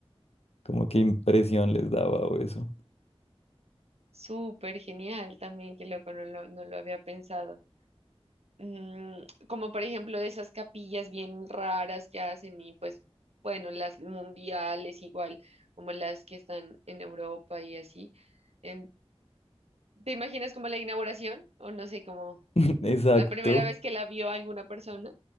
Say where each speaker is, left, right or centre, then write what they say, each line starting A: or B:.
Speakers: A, on the left; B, on the right.
A: como qué impresión les daba o eso.
B: súper genial también, qué loco, no lo, no lo había pensado. Mm, como por ejemplo de esas capillas bien raras que hacen y pues bueno, las mundiales igual, como las que están en Europa y así. En- ¿te imaginas como la inauguración? O no sé, como
A: <laughs> Exacto.
B: la primera vez que la vio alguna persona.